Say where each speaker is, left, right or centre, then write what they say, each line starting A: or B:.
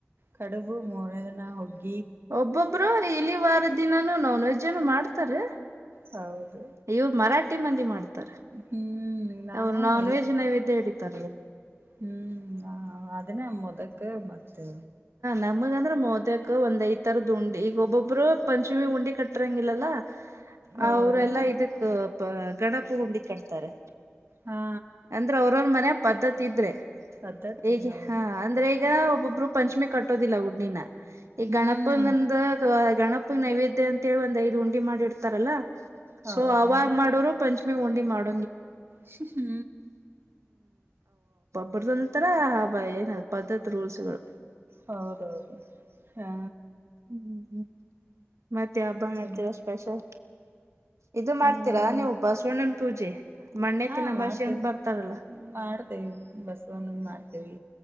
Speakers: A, on the right; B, on the right.
A: ಕಡುಬು ಮೂರನೇ ದಿನ ಹೂಗಿ
B: ಒಬ್ಬೊಬ್ರು ಇಲ್ಲಿ ವಾರದ ದಿನಾನೂ ನಾನ್ ವೆಜ್ಜನು ಮಾಡ್ತಾರೆ
A: ಹೌದು
B: ಇವ್ರು ಮರಾಠಿ ಮಂದಿ ಮಾಡ್ತಾರೆ
A: ಹ್ಮ್ ನಾವು
B: ಅವರು ನಾನ್
A: ಇಲ್ಲ
B: ವೆಜ್ ನೈವಿದೆ ಹಿಡಿತಾರೆ
A: ಹ್ಮ್ ಅದನ್ನೇ ಮೊದಕ್ ಮತ್ತೆ
B: ನಮಗ ಅಂದ್ರೆ ಮೊದಕ ಒಂದ್ ಐದ ತರದ ಉಂಡಿ ಈಗ ಒಬ್ಬೊಬ್ಬರು ಪಂಚಮಿ ಉಂಡಿ ಕಟ್ಟ್ರಂಗಿಲ್ಲಲ್ಲಾ
A: ಹೌದು
B: ಅವ್ರಲ್ಲಾ ಇದಕ್ ಗಣಪ ಉಂಡಿ ಕಟ್ತಾರೆ
A: ಹಾ
B: ಅಂದ್ರೆ ಅವ್ರವ್ರ ಮನೆ ಪದ್ಧತಿ ಇದ್ರೆ
A: ಪದ್ಧತಿ
B: ಈಗ
A: ಹೌದು
B: ಹ ಅಂದ್ರೆ ಈಗ ಈಗ ಒಬ್ಬೊಬ್ರು ಪಂಚಮಿ ಕಟ್ಟೋದಿಲ್ಲ ಉಂಡಿನಾ ಈಗ
A: ಹ್ಮ್
B: ಗಣಪಂಗಂದ ಗಣಪ ನೈವೇದ್ಯ ಅಂತೇಳಿ ಒಂದ್ ಐದೂ ಉಂಡಿ ಮಾಡಿಡ್ತಾರಲ್ಲಾ
A: ಹೌದು
B: ಸೊ ಅವಾಗ ಮಾಡೋರು ಪಂಚಮಿ ಉಂಡಿ ಮಾಡೋರು
A: ಹೂ
B: ಅದು ಒಂತರ ಏನ ಅದ ಪದ್ಧತಿ ರೂಲ್ಸ್ ಗಳು
A: ಹೌದೌದು ಹಾ
B: ಹ್ಮ್ ಮತ್ತೆ ಹಬ್ಬ ಮಾಡ್ತೀರಾ
A: ಚ
B: ಸ್ಪೆಷಲ್ ಇದು ಮಾಡ್ತೀರಾ
A: ನಾವು
B: ನೀವು ಬಸವಣ್ಣನ ಪೂಜೆ ಮಣ್ಣೆತ್ತಿನ
A: ಹಾ
B: ಅಮಾವಾಸ್ಯೆ
A: ಮಾಡ್ತೇವಿ
B: ಅಂತ ಬರ್ತಾರಲ್ಲ
A: ಮಾಡ್ತೇವಿ ಬಸವವನ್ನು ಮಾಡ್ತೇವಿ